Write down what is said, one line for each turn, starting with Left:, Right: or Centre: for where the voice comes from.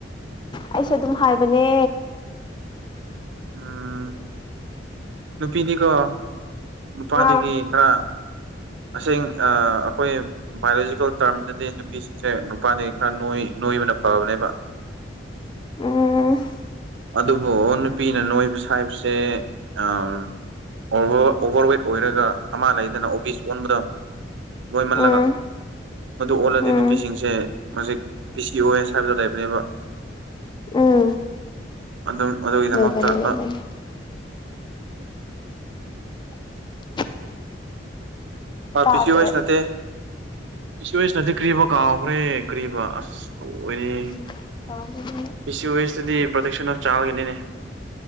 Left: ꯑꯩꯁꯨ ꯑꯗꯨꯝ ꯍꯥꯏꯕꯅꯦ
Right: ꯎꯝ ꯅꯨꯄꯤꯗꯤꯀꯣ ꯅꯨꯄꯥꯗꯒꯤ
Left: ꯑꯥ
Right: ꯈꯔ ꯑꯁꯦꯡ ꯑ ꯑꯩꯈꯣꯏ ꯕꯥꯏꯑꯣꯂꯣꯖꯤꯀꯦꯜ ꯇꯥꯔꯝꯗꯗꯤ ꯅꯨꯄꯤꯁꯤꯡꯁꯦ ꯅꯨꯄꯥꯗꯒꯤ ꯈꯔ ꯅꯣꯢ ꯅꯣꯏꯕꯅ ꯐꯕꯅꯦꯕ
Left: ꯎꯝ
Right: ꯑꯗꯨꯕꯨ ꯅꯨꯄꯤꯅ ꯅꯣꯏꯕ ꯍꯥꯏꯕꯁꯦ ꯑꯝ ꯑꯣꯕꯔ ꯑꯣꯚꯔꯋꯦꯠ ꯑꯣꯏꯔꯒ ꯑꯃ ꯂꯩꯗꯅ ꯑꯣꯕꯤꯁ ꯑꯣꯟꯕꯗꯣ ꯅꯣꯏꯃꯜꯂꯒ
Left: ꯎꯝ
Right: ꯃꯗꯨ ꯑꯣꯜꯂꯗꯤ
Left: ꯎꯝ
Right: ꯅꯨꯄꯤꯁꯤꯡꯁꯦ ꯍꯧꯖꯤꯛ ꯄꯤꯁ ꯑꯣꯏ ꯍꯥꯢꯕꯗꯣ ꯂꯩꯕꯅꯦꯕ
Left: ꯎꯝ
Right: ꯑꯗꯨꯝ ꯑꯗꯨꯒꯤꯗꯃꯛꯇ
Left: ꯂꯩꯕꯅꯦ ꯂꯩꯕꯅꯦ
Right: ꯑ
Left: <unintelligible>
Right: ꯑ
Left: ꯇꯥꯗ꯭ꯔꯦ
Right: ꯄꯤ ꯁꯤ ꯑꯣꯢꯁ ꯅꯠꯇꯦ ꯄꯤ ꯁꯤ ꯑꯣꯢꯁ ꯅꯠꯇꯦ ꯀ꯭ꯔꯤꯕ ꯀꯥꯎꯈ꯭ꯔꯦ ꯀ꯭ꯔꯤꯕ ꯑꯁ ꯂꯣꯏꯔꯦ
Left: ꯎꯝ ꯄꯥꯝꯕꯅꯦ
Right: ꯄꯤ ꯁꯤ ꯋꯦꯁꯇꯗꯤ ꯄ꯭ꯔꯣꯇꯦꯛꯁꯟ ꯑꯃ ꯆꯥꯜꯒꯤꯅꯤꯅꯦ